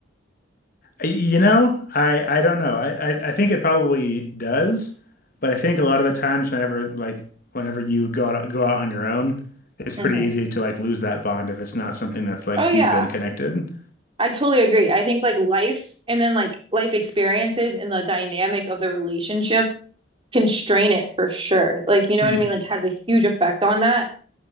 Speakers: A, on the left (about 50°); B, on the right (about 30°).
A: I- You know, I I don't know. I, I I think it probably does, but I think a lot of the times whenever like whenever you go out go out on your own, it's
B: hmm
A: pretty easy to like lose that bond if it's not something that's like
B: Oh yeah,
A: deep and connected.
B: I totally agree. I think like life and then like life experiences and the dynamic of the relationship constrain it for sure. Like you know
A: Mhm.
B: what I mean? Like has a huge effect on that.